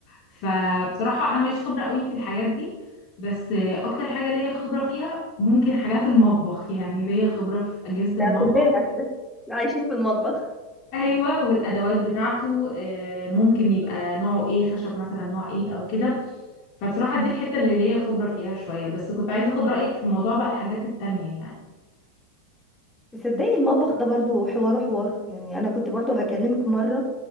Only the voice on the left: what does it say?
فبصراحه انا ماليش خبره قوي في الحاجات دي بس آه، اكتر حاجه ليا خبره فيها ممكن حاجات المطبخ يعني ليا خبره في اجهزه
المطبخ
ايوه والادوات بتاعته آه، ممكن يبقى نوعه ايه خشب مثلا نوع ايه او كده فبصراحه دي الحته اللي ليا خبره فيها شويه بس كنت عايزه اخد رايك في موضوع بقى الحاجات التانية يعني